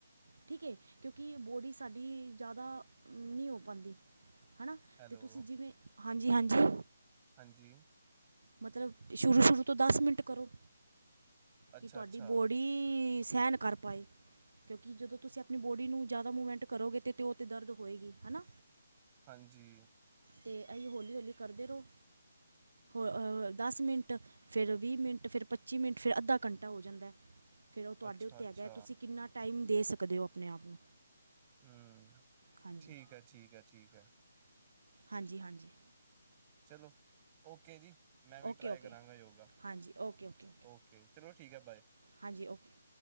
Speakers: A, on the right; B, on the right.
A: ਠੀਕ ਹੈ ਕਿਉਂਕਿ ਬੋਡੀ ਸਾਡੀ ਜ਼ਿਆਦਾ ਨਹੀਂ ਹੋ ਪਾਂਦੀ। ਹਨਾ
B: ਹੈਲੋ
A: ਤੇ ਤੁਸੀਂ ਜਿਵੇਂ ਹਾਂਜੀ-ਹਾਂਜੀ।
B: ਹਾਂਜੀ।
A: ਮਤਲਬ ਸ਼ੁਰੂ-ਸ਼ੁਰੂ ਤੋਂ ਦਸ ਮਿੰਟ ਕਰੋ।
B: ਅੱਛਾ
A: ਕਿ ਤੁਹਾਡੀ
B: ਅੱਛਾ
A: ਬੋਡੀ ਸਹਿਣ ਕਰ ਪਾਏ। ਕਿਉਂਕਿ ਜਦੋਂ ਤੁਸੀਂ ਆਪਣੀ ਬੋਡੀ ਨੂੰ ਜ਼ਿਆਦਾ ਮੂਵਮੈਂਟ ਕਰੋਗੇ ਤੇ ਉਹ ਤੇ ਦਰਦ ਹੋਏਗੀ ਹਨਾ।
B: ਹਾਂਜੀ।
A: ਤੇ ਇਹ ਹੌਲੀ-ਹੌਲੀ ਕਰਦੇ ਰਹੋ। ਹੋਰ ਅਹ ਦਸ ਮਿੰਟ, ਫਿਰ ਵੀਹ ਮਿੰਟ, ਫਿਰ ਪੱਚੀ ਮਿੰਟ, ਫਿਰ ਅੱਧਾ ਘੰਟਾ ਹੋ ਜਾਂਦਾ ਹੈ। ਫਿਰ ਉਹ ਤੁਹਾਡੇ
B: ਅੱਛਾ
A: ਉੱਤੇ
B: ਅੱਛਾ
A: ਹੈਗਾ ਤੁਸੀਂ ਕਿੰਨਾ ਟਾਈਮ ਦੇ ਸਕਦੇ ਹੋ ਆਪਣੇ ਆਪ ਨੂੰ
B: ਹੂੰ
A: ਹਾਂਜੀ
B: ਠੀਕ ਹੈ-ਠੀਕ ਹੈ-ਠੀਕ ਹੈ।
A: ਹਾਂਜੀ-ਹਾਂਜੀ।
B: ਚਲੋ ਓਕੇ ਜੀ ਮੈਂ ਵੀ
A: ਓਕੇ
B: ਟਰਾਈ
A: ਓਕੇ
B: ਕਰਾਂਗਾ ਯੋਗਾ ਓਕ
A: ਹਾਂਜੀ ਓਕੇ ਓਕੇ
B: ਓਕੇ ਚਲੋ ਠੀਕ ਆ ਬਾਏ।
A: ਹਾਂਜੀ ਓਕੇ।